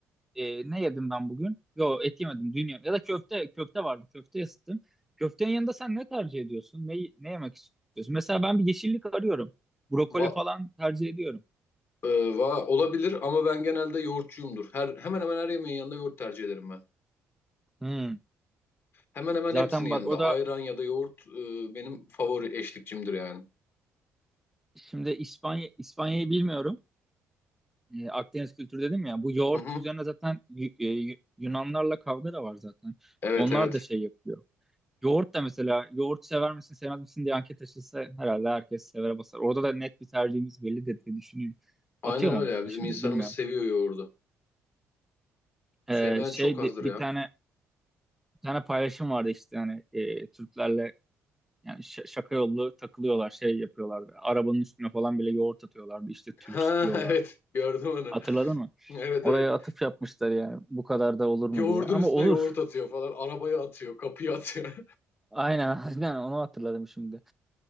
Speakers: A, in the centre; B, on the left.
A: e, ne yedim ben bugün? Yo et yemedim dün yedim. Ya da köfte köfte vardı köfte ısıttım. Köftenin yanında sen ne tercih ediyorsun? Ne, ne yemek istiyorsun? Mesela ben bir yeşillik arıyorum. Brokoli
B: Va,
A: falan tercih ediyorum.
B: e, va- olabilir ama ben genelde yoğurtçuyumdur. Her, hemen hemen her yemeğin yanında yoğurt tercih ederim ben.
A: Hmm.
B: Hemen hemen
A: Zaten
B: hepsinin yanında
A: bak o da
B: ayran ya da yoğurt e, benim favori eşlikçimdir yani.
A: şimdi İspanya İspanya'yı bilmiyorum. E, Akdeniz kültürü dedim ya. Bu yoğurt
B: Hı hı.
A: üzerine zaten Yu- e, Yu- Yunanlarla kavga da var zaten.
B: Evet
A: Onlar
B: evet.
A: da şey yapıyor. Yoğurt da mesela yoğurt sever misin sevmez misin diye anket açılsa herhalde herkes severe basar. Orada da net bir tercihimiz belli de diye düşünüyorum.
B: Aynen
A: Atıyorum
B: öyle
A: ama
B: ya bizim
A: şimdi
B: insanımız
A: bilmiyorum.
B: seviyor yoğurdu.
A: Ee,
B: Sevmeyen
A: şey
B: çok azdır
A: de- bir
B: ya.
A: tane bir tane paylaşım vardı işte hani e, Türklerle yani ş- şaka yollu takılıyorlar şey yapıyorlardı. Arabanın üstüne falan bile yoğurt atıyorlardı işte Türk
B: Ha
A: diyorlardı.
B: <laughs> evet gördüm onu.
A: Hatırladın
B: <laughs>
A: mı?
B: Evet
A: Oraya
B: evet.
A: atıf yapmışlar yani bu kadar da olur mu
B: Yoğurdun
A: diye. Ama
B: üstüne
A: olur.
B: yoğurt atıyor falan. Arabaya atıyor, kapıya atıyor.
A: Aynen <laughs> aynen onu hatırladım şimdi.